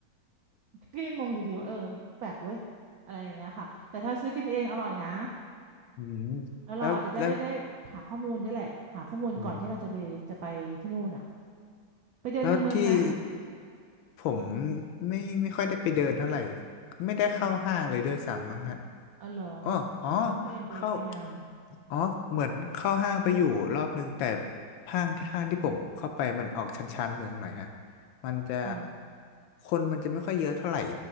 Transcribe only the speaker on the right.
ก็ยังงงอยู่ดีว่าเออแปลกเว้ยอะไรอย่างเงี้ยค่ะแต่ถ้าซื้อกินเองอร่อยนะ
แล้วเราอาจจะได้ได้หาข้อมูลด้วยแหละหาข้อมูลก่อนที่เราจะไปจะไปที่นู่นอะ
ไปเดินในเมืองไหม
อ๋อ อ๋อเหรอ
เนาะตัวเองไปไปงาน
อ๋อ